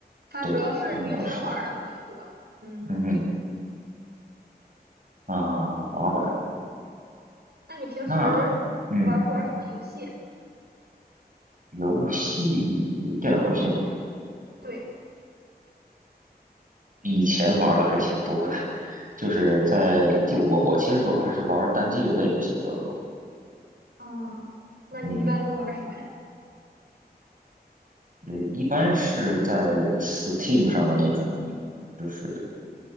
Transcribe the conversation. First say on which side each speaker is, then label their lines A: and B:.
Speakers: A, on the right; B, on the right.
A: 它主要是女生玩的比较多。
B: 对，对，那倒是。
A: 嗯，
B: 嗯哼啊，滑板
A: 那你平时玩不玩什么游戏啊？
B: 那嗯，游戏电脑游戏嘛，
A: 对，
B: 以前玩的还挺多的，就是在就我我其实主要还是玩单机类游戏比较多。
A: 嗯，那你一般都玩什么呀？
B: 嗯，就是一般是在 Steam 上的那种。就是。